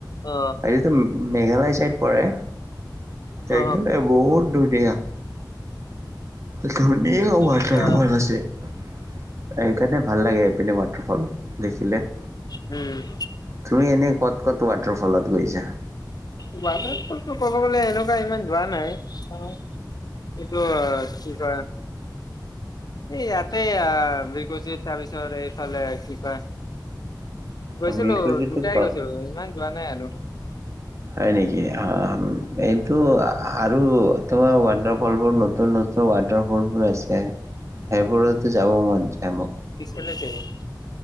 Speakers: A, on the left; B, on the right.
A: অ
B: আজিতো মেঘলৈ ছাইড পৰে, সেইকাৰণে
A: অ
B: বহুত ধুনীয়া। ধুনীয়া ৱাটাৰ
A: আচ্ছা
B: ফল আছে। সেইকাৰনে ভাল লাগে এইপিননে ৱাটাৰ ফল দেখিলে।
A: উম।
B: তুমি এনেই ক'ত ক'ত ৱাটাৰফলত গৈছা?
A: ৱাতাৰফলটো ক'ব গ'লে এনেকুৱা ইমান যোৱা নাই, চাওঁ এইটো কি কয় এই ইয়াতে বিকুতি তাৰপিছত এইফালে কি কৈ গৈছিলো
B: অ বিল কুছিটো
A: দুটাই
B: ক
A: গৈছিলো ইমান যোৱা নাই আৰু।
B: হয় নেকি আম। এইটো আৰু তোমাৰ ৱাটাৰ ফল বোৰ নতুন নতুন ৱাটাৰ ফলবোৰ আছে। সেইবোৰতো যাব মন যায় মোক।
A: <inaudible>